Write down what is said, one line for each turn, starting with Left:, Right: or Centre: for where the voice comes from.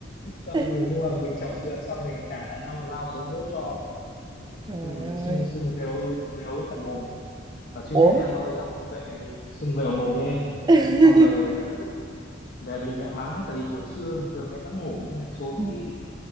Left: Xong
Right: <laughs>
Left: rồi nhưng mà mình chọc chuyện xong rồi cả đàn ông lao xuống đốt cho
Right: Trời
Left: nói chung là mình
Right: ơi.
Left: sưng sưng vèo vèo cả mồm và chưa
Right: Ủa,
Left: hết em ơi xong mới về sưng vèo mồm lên
Right: <laughs>
Left: xong về đúng về bị mẹ mắng tại vì buổi trưa bình thường mẹ bắt ngủ nhưng mẹ trốn
Right: Ừ.
Left: đi